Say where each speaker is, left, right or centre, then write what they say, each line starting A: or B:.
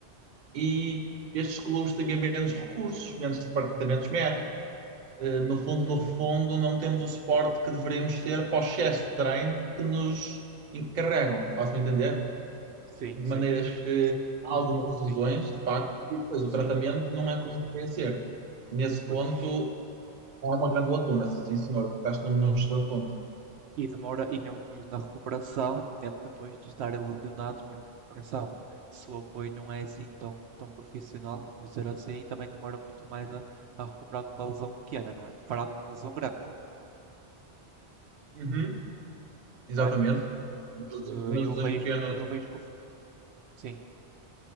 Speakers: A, on the right (about 45°); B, on the right (about 75°).
A: E estes clubes têm menos recursos, menos departamentos médicos eh, no fundo, no fundo, não temos o suporte que deveríamos ter para o excesso de treino que nos encarregam, faço-me entender?
B: Sim,
A: De
B: sim,
A: maneiras
B: sim,
A: que há algumas
B: sim,
A: lesões, de facto, e depois
B: sim.
A: o tratamento não é como deveria ser. Nesse
B: Pois.
A: ponto, há uma grande lacuna, sim senhor, tocaste num, num excelente ponto.
B: E demora, e mesmo depois na recuperação, mesmo depois de estarem lesionados, mesmo a recuperação, se o apoio não é assim tão, tão profissional, vamos dizer assim, também demora muito mais a, a recuperar de uma lesão pequena, não é? Que fará de uma lesão grande,
A: Uhum, exatamente.
B: não é?
A: Nas,
B: Que
A: nas
B: eu
A: lesões
B: vejo,
A: pequenas.
B: nos- eu vejo que o fut- sim.